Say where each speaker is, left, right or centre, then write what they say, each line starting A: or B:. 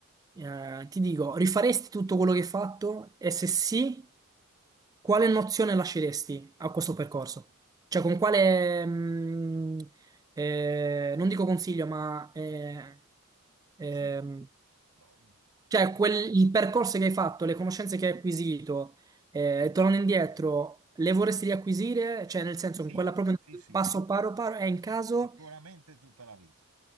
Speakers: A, on the right; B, on the right.
A: eh, ti dico, rifaresti tutto quello che hai fatto? E se sì, quale nozione lasceresti a questo percorso? Cioè con quale, mm, eh, non dico consiglio, ma eh, ehm,
B: Sì, boh,
A: cioè,
B: penso-
A: quel- il percorso che hai fatto, le conoscenze che hai acquisito, eh, tornando indietro, le vorresti riacquisire? Cioè, nel senso,
B: sì,
A: in quella proprio
B: sì, sì,
A: passo paro paro, è in caso,
B: sicuramente tutta la vita.